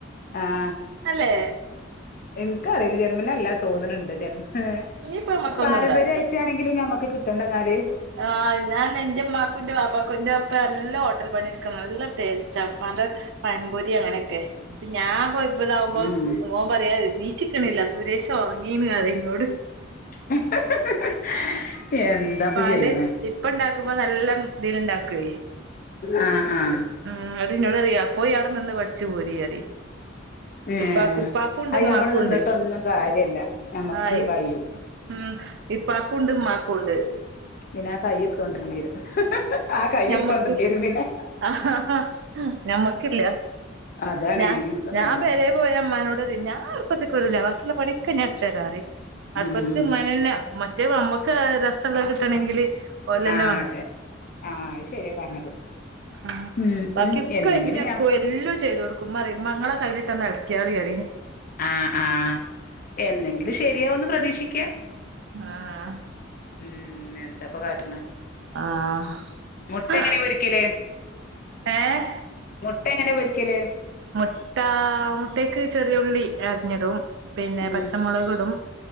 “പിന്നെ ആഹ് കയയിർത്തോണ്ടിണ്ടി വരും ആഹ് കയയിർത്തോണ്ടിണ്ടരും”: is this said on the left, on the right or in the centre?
Left